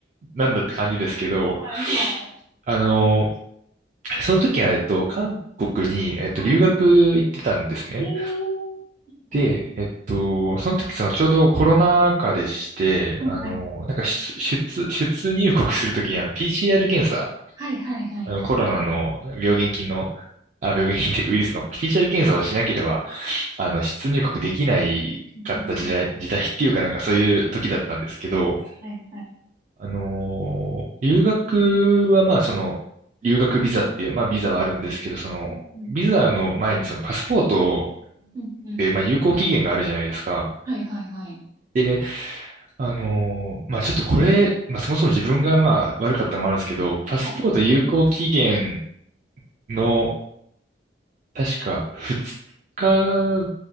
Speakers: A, on the right; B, on the right.
A: なんだって感じですけど、
B: はいは
A: あの、その時は、えっと、韓国に、えっと、留学行ってたんですね。
B: いはい。えー、
A: で、
B: あ
A: えっと、その時、その、ちょうどコロナ禍でして、
B: はいはい
A: あの、なんか出、出、出入国するときに、あの、PCR 検査、
B: はいはいはいはい。
A: あの、コロナの病原菌の、あ、病原菌っていうかウイルスの PCR 検査をしなければ、あの、出入国できないかった時代、
B: うんうんうん
A: 時代っていうかなんかそういう時だったんですけど、
B: はいはい。
A: あのー留学はまあその、留学ビザっていう、まあビザはあるんですけど、その、
B: うん
A: ビザの前にそのパスポート
B: うんうんうんうん
A: で、まあ有効期限があるじゃないですか。
B: はいはいはい。
A: で、あのーまあちょっとこれ、まあそもそも自分がまあ悪かったのもあるんですけど、パスポート有効期限
B: はい
A: の、確か2日